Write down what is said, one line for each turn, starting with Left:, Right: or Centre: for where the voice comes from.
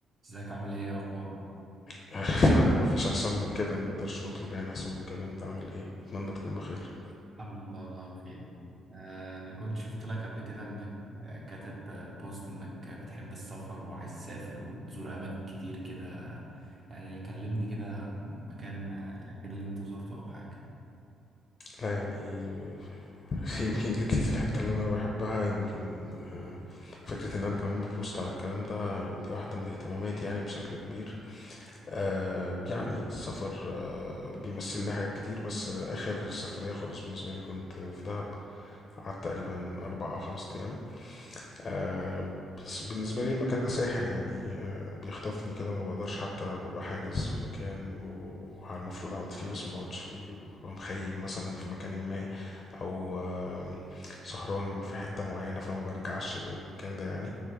Right: ازيك عامل ايه إيه اخبارك
Left: <laughs> انا ما فيش احسن من كده ما نقدرش نطلب يعني احسن من كده انت عامل ايه اتمنى تكون بخير
Right: الحمد لله والله بخير آه، انا كنت شفت لك قبل كده انك آه، كاتب آه، بوست انك آه، بتحب السفر وعايز تسافر وبتزور اماكن كتير كده يعني كلمني كده عن مكان آه، الاخير اللي انت زرته او حاجة
Left: لا يعني <laughs> يمكن جيت لي في الحته اللي انا بحبها يمكن آه، فكره ان انا كمان ببوست على الكلام ده دي واحده من اهتماماتي يعني بشكل كبير آه، يعني السفر آه، بيمثل لي حاجات كتير بس اخر سفريه خالص بالنسبه لي كنت في دهب قعدت تقريبا اربع او خمس ايام آه، بس بالنسبة لي المكان ده ساحر يعني آه، بيخطفني كده ما بقدرش حتى ببقى حاجز في مكان و- والمفروض اقعد فيه بس ما بقعدش فيه ببقى مخيم مثلا في مكان ما او آه، سهران في حتة معينة فما برجعش المكان ده يعني